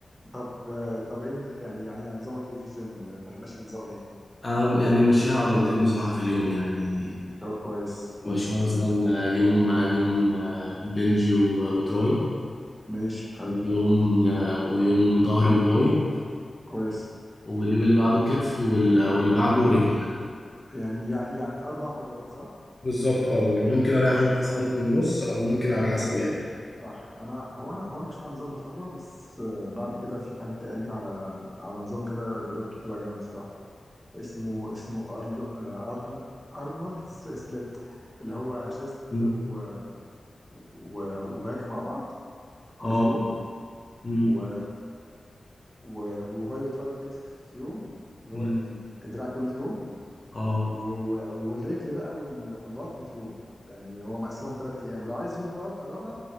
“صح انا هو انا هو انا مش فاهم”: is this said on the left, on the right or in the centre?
Centre